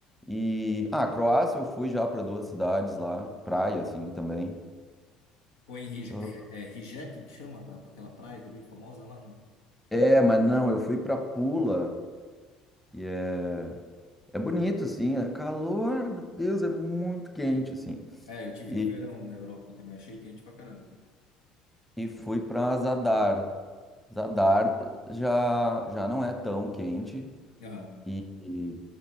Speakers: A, in the centre; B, on the left.
A: E ah, Croácia eu fui já para duas cidades lá, praia assim também.
B: foi em Rij-
A: Ah.
B: é, é Rijeka, que chama aquela aquela praia que é bem famosa lá, né?
A: É, mas não, eu fui para Pula. É é bonito, assim, é calor, meu Deus, é muito quente, assim.
B: É, eu tive
A: E
B: no verão na Europa também. Achei quente pra caramba,
A: e fui para Zadar. Zadar já, já não é tão quente
B: cara.
A: e, e